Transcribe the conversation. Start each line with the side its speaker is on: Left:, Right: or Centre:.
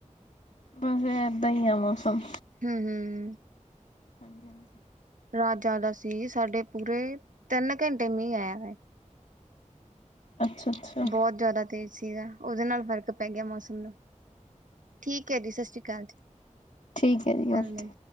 Left: ਬਸ ਫੇਰ ਏਦਾਂ ਹੀ ਐ ਮੌਸਮ।
Right: ਹੂੰ-ਹੂੰ।
Left: ਹਾਂਜੀ-ਹਾਂਜੀ।
Right: ਰਾਤ ਜਾਦਾ ਸੀ, ਸਾਡੇ ਪੂਰੇ ਤਿੰਨ ਘੰਟੇ ਮੀਂਹ ਆਇਆ ਵੇ।
Left: ਅੱਛਾ ਅੱਛਾ
Right: ਬੋਤ ਜ਼ਿਆਦਾ ਤੇਜ਼ ਸੀਗਾ, ਉਹਦੇ ਨਾਲ ਫ਼ਰਕ ਪੈ ਗਿਆ ਮੌਸਮ ਨੂੰ, ਠੀਕ ਹੈ ਜੀ ਸਤਿ ਸ਼੍ਰੀ ਅਕਾਲ ਜੀ।
Left: ਠੀਕ ਐ ਜੀ,
Right: ਕੱਲ
Left: ਓਕੇ।
Right: ਮਿਲ